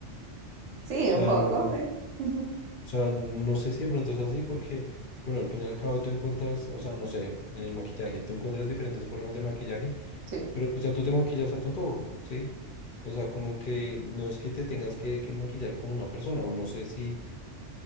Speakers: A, on the right; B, on the left.
A: Sí,
B: O
A: un
B: sea,
A: poco,
B: no,
A: sí.
B: o
A: <laughs>
B: sea, no sé si de pronto es así porque, bueno, al final y al cabo tú encuentras, o sea, no sé, en el maquillaje, tú encuentras diferentes formas de maquillaje,
A: Sí.
B: pero, o sea, tú te maquillas a todo, ¿sí? O sea, como que no es que te tengas que, que maquillar como una persona, o no sé si